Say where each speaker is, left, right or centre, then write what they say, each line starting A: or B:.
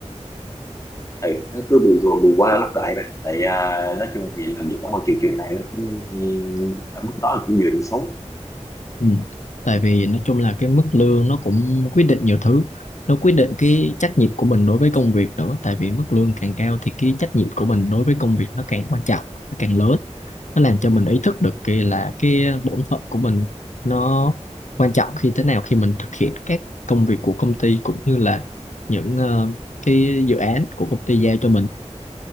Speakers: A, on the left; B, on the left.
A: ừ, nó cứ bù rồi bù qua lấp lại mà tại à, nói chung thì làm việc ở môi trường trường này nó cũng ở mức đó là cũng vừa đủ sống
B: Ừ. Tại vì nói chung là cái mức lương nó cũng quyết định nhiều thứ nó quyết định cái trách nhiệm của mình đối với công việc nữa tại vì mức lương càng cao thì cái trách nhiệm của mình đối với công việc nó càng quan trọng nó càng lớn nó làm cho mình ý thức được cái là cái bổn phận của mình nó quan trọng khi thế nào khi mình thực hiện các công việc của công ty cũng như là những ờ, cái dự án của công ty giao cho mình